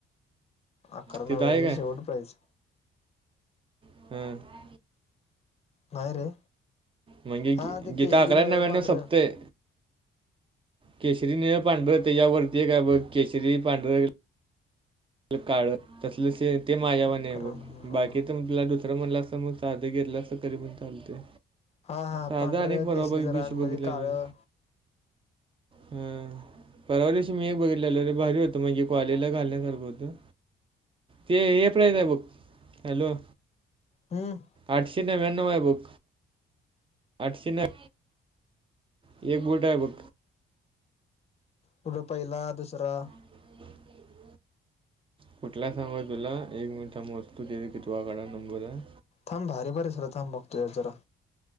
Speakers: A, on the left; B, on the right.
A: अकरा नव्व्यान्नवची
B: तिथं आहे काय
A: शेवट प्राईज.
B: हम्म्
A: नाही रे.
B: मग घे
A: हा
B: की.
A: ते
B: जिथं
A: केशरी
B: अकरा
A: निळं
B: नव्यानव
A: पांढरं
B: सपतय केसरी, निळं, पांढरं त्याच्या वरती एक आहे बघ, केशरी, पांढरं काळं, तसलं ते माझ्यावानी
A: अकरा
B: आहे बघ,
A: नव्याण्णव
B: बाकी तर तुला दुसरं म्हणला समज साधं घेतल असतं तरी पण चालते.
A: हा हा
B: साधं
A: पांढरं
B: आणि परवा
A: केशरी
B: बघ एक
A: जरा
B: दिवशी
A: आणि मध्ये
B: बघितलेली.
A: काळं
B: हा, परवा दिवशी मी एक बघितलेलोे रे भारी होतं, म्हणजे कॉलेजला घालण्यासारखं हो ते हे प्राईज आहे बघ, हॅलो!
A: हम्म
B: आठशे नव्याण्णव आहे बघ. आठशे नव्व्य एक बूट आहे बघ
A: पुढं पहिला, दुसरा
B: <unintelligible> कुठलाय सांगू काय तुला, एक मिनिट थांब बघू दे कितवा गड्या नंबर आहे.
A: थांब, भारी भारी <unintelligible> थांब बघतोया जरा.